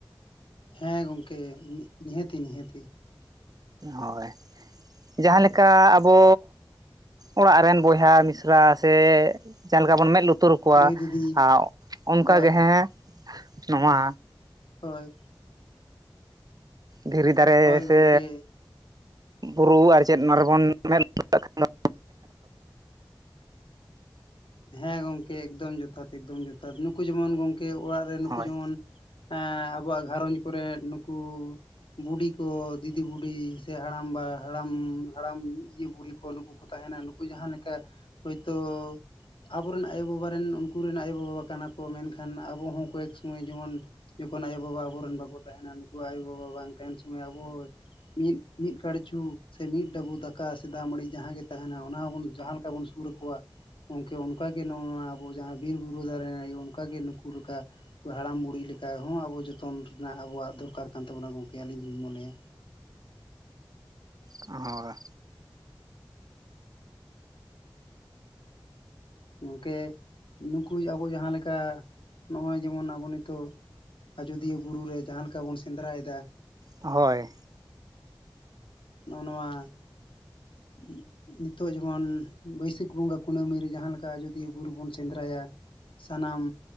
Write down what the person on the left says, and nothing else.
ᱦᱮᱸ ᱜᱚᱝᱠᱮ ᱱᱤᱦᱟᱹᱛᱤ ᱱᱤᱦᱟᱹᱛᱤ
ᱫᱟᱹᱭ ᱫᱤᱫᱤ
ᱦᱳᱭ
ᱦᱳᱭ
ᱦᱳᱭ ᱜᱚᱝᱠᱮ
ᱦᱮᱸ ᱜᱚᱝᱠᱮ ᱮᱠᱫᱚᱢ ᱡᱚᱛᱷᱟᱛ ᱮᱠᱫᱚᱢ ᱡᱚᱛᱷᱟᱛ ᱱᱩᱠᱩ ᱡᱮᱢᱚᱱ ᱜᱚᱝᱠᱮ ᱚᱲᱟᱜ ᱨᱮ ᱱᱩᱠᱩ
ᱡᱮᱢᱚᱱ ᱮᱸ ᱟᱵᱚᱣᱟᱜ ᱜᱷᱟᱨᱚᱸᱡᱽ ᱠᱚᱨᱮ ᱱᱩᱠᱩ ᱵᱩᱰᱷᱤ ᱠᱚ ᱫᱤᱫᱤ ᱵᱩᱰᱷᱤ ᱥᱮ ᱦᱟᱲᱟᱢ ᱵᱟ ᱦᱟᱲᱟᱢ ᱦᱟᱲᱟᱢ ᱤᱭᱟᱹ ᱵᱩᱲᱦᱤ ᱠᱚ ᱱᱩᱠᱩ ᱠᱚ ᱛᱟᱦᱮᱱᱟ ᱱᱩᱠᱩ ᱡᱟᱦᱟᱸ ᱞᱮᱠᱟ ᱦᱳᱭᱛᱳ ᱟᱵᱚᱨᱮᱱ ᱟᱭᱚᱼᱵᱟᱵᱟ ᱨᱮᱱ ᱩᱱᱠᱩ ᱨᱮᱱ ᱟᱭᱚᱼᱵᱟᱵᱟ ᱠᱟᱱᱟ ᱠᱚ ᱢᱮᱱᱠᱷᱟᱱ ᱟᱵᱚ ᱦᱚᱸ ᱠᱚᱭᱮᱠ ᱥᱚᱢᱚᱭ ᱡᱮᱢᱚᱱ ᱡᱚᱠᱷᱚᱱ ᱟᱭᱚᱼᱵᱟᱵᱟ ᱟᱵᱚᱨᱮᱱ ᱵᱟᱠᱚ ᱛᱟᱦᱮᱱᱟ ᱱᱩᱠᱩ ᱟᱭᱚᱼᱵᱟᱵᱟ ᱵᱟᱝ ᱛᱟᱦᱮᱱ ᱥᱚᱢᱚᱭ ᱟᱵᱚ ᱢᱤᱫ ᱢᱤᱫ ᱠᱟᱲᱪᱷᱩ ᱥᱮ ᱢᱤᱫ ᱰᱟᱹᱵᱩ ᱫᱟᱠᱟ ᱥᱮ ᱫᱟᱜ ᱢᱟᱹᱲᱤ ᱡᱟᱦᱟᱸ ᱜᱮ ᱛᱟᱦᱮᱱᱟ ᱚᱱᱟ ᱦᱚᱸ ᱵᱚᱱ ᱡᱟᱦᱟᱸ ᱞᱮᱠᱟ ᱵᱚᱱ ᱥᱩᱨ ᱠᱚᱣᱟ ᱜᱚᱝᱠᱮ ᱚᱱᱠᱟᱜᱮ ᱱᱚᱜᱼᱚ ᱱᱚᱣᱟ ᱟᱵᱚ ᱡᱟᱦᱟᱸ ᱵᱤᱨᱵᱩᱨᱩ ᱫᱟᱨᱮ ᱱᱟᱹᱲᱤ ᱚᱱᱠᱟᱜᱮ ᱱᱩᱠᱩ ᱞᱮᱠᱟ ᱱᱩᱠᱩ ᱦᱟᱲᱟᱢ ᱵᱩᱲᱦᱤ ᱞᱮᱠᱟ ᱦᱚᱸ ᱟᱵᱚ ᱡᱚᱛᱚᱱ ᱨᱮᱱᱟᱜ ᱟᱵᱚᱣᱟᱜ ᱫᱚᱨᱠᱟᱨ ᱠᱟᱱ ᱛᱟᱵᱚᱱᱟ ᱜᱚᱝᱠᱮ ᱟᱹᱞᱤᱧ ᱦᱚᱞᱤᱧ ᱢᱚᱱᱮᱭᱟ᱾
ᱜᱚᱝᱠᱮ ᱱᱩᱠᱩ ᱟᱵᱚ ᱡᱟᱦᱟᱸ ᱞᱮᱠᱟ ᱱᱚᱜᱼᱚᱭ ᱡᱮᱢᱚᱱ ᱟᱵᱚ ᱱᱤᱛᱚᱜ ᱟᱡᱚᱫᱤᱭᱟᱹ ᱵᱩᱨᱩ ᱨᱮ ᱡᱟᱦᱟᱸ ᱞᱮᱠᱟ ᱵᱚᱱ ᱥᱮᱸᱫᱽᱨᱟᱭᱮᱫᱟ
ᱱᱚᱜᱼᱚ ᱱᱚᱣᱟ <inaudible> ᱱᱤᱛᱚᱜ ᱡᱮᱢᱚᱱ ᱵᱟᱹᱭᱥᱟᱹᱠᱷ ᱵᱚᱸᱜᱟ ᱠᱩᱱᱟᱹᱢᱤ ᱨᱮ ᱡᱟᱦᱟᱸ ᱞᱮᱠᱟ ᱟᱡᱚᱫᱤᱭᱟᱹ ᱵᱩᱨᱩ ᱵᱚᱱ ᱥᱮᱸᱫᱽᱨᱟᱭᱟ ᱥᱟᱱᱟᱢ